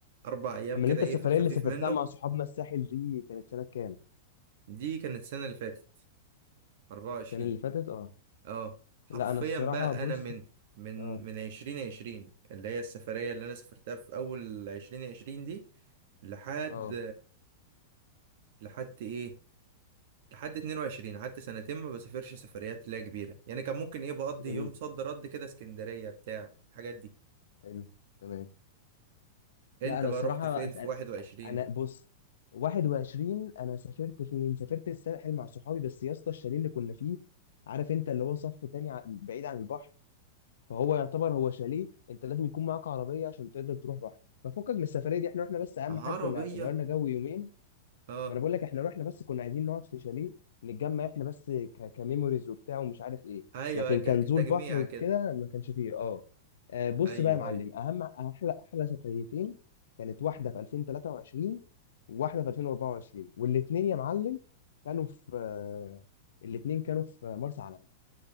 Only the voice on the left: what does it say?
اما
انت
السفريه
اللي سافرتها
مع صحابنا الساحل دي كانت سنه كام
السنه اللي فاتت اه
لا انا الصراحه
بص
اه
اه
جميل
حلو تمام
لا انا
الصراحه
أسأل...
انا بص 21 انا سافرت فين سافرت الساحل مع صحابي بس يا اسطى الشاليه اللي كنا فيه عارف انت اللي هو صف تاني ع- بعيد عن البحر فهو يعتبر هو شاليه انت لازم يكون معاك عربيه عشان تقدر تروح بحر ففكك من السفريه دي احنا رحنا بس اهم
حاجه كنا غيرنا جو يومين
ما انا بقول لك احنا رحنا بس كنا عايزين نقعد في شاليه نتجمع احنا بس ك... كميموريز وبتاع ومش عارف ايه
لكن
كان
نزول بحر وكده
ما كانش فيه اه آه، بص
بقى يا معلم
اهم احلى احلى سفريتين كانت واحده في 2023 وواحده في 2024 والاثنين يا معلم كانوا في آه، الاثنين كانوا في مرسى علم